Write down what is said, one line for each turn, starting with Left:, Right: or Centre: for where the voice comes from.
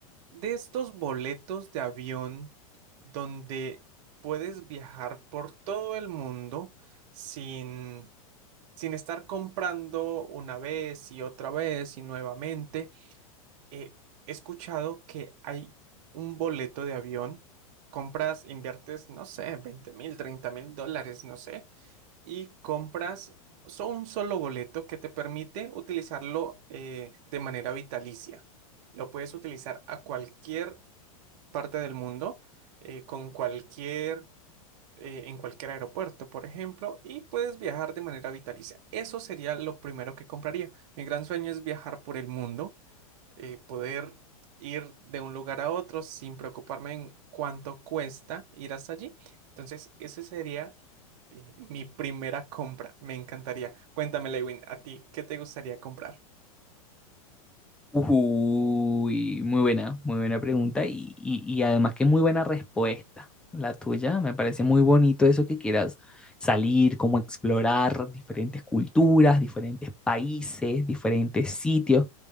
Right: de estos boletos de avión donde puedes viajar por todo el mundo sin, sin estar comprando una vez y otra vez y nuevamente. Eh, he escuchado que hay un boleto de avión, compras, inviertes, no sé, veinte mil, treinta mil dólares, no sé y compras so- un solo boleto que te permite utilizarlo eh, de manera vitalicia. Lo puedes utilizar a cualquier parte del mundo, eh, con cualquier, eh, en cualquier aeropuerto, por ejemplo, y puedes viajar de manera vitalicia. Eso sería lo primero que compraría. Mi gran sueño es viajar por el mundo eh, poder ir de un lugar a otro sin preocuparme en cuánto cuesta ir hasta allí. Entonces, ese sería eh, mi primera compra. Me encantaría. Cuéntame, Lewin, ¿a ti qué te gustaría comprar?
Centre: Uy, muy buena, muy buena pregunta y, y- y además que muy buena respuesta la tuya. Me parece muy bonito eso que quieras salir, como explorar diferentes culturas, diferentes países, diferentes sitios.